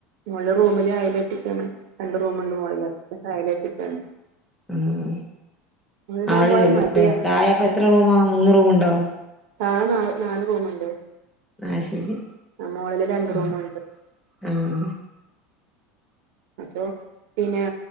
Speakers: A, on the right; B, in the centre.
A: മോളില് റൂമില് <unintelligible> ആണ്. രണ്ട് റൂമുണ്ട് മോളില് അയ്ക്കെട്ടിയേക്കാണ്.
B: ഉം
A: മോളിടാൻ
B: ആളില്ലല്ലോ
A: പോയ മടിയാണ്
B: താഴെയിപ്പോ
A: ഉം
B: എത്ര റൂമാ മൂന്ന് റൂമുണ്ടോ?
A: താഴെ നാ നാല് റൂമുണ്ട്,
B: ആഹ് ശരി
A: ആഹ് മോളില് രണ്ട്
B: ഉം
A: റൂമുണ്ട്.
B: ആഹ്
A: അപ്പൊ പിന്നെ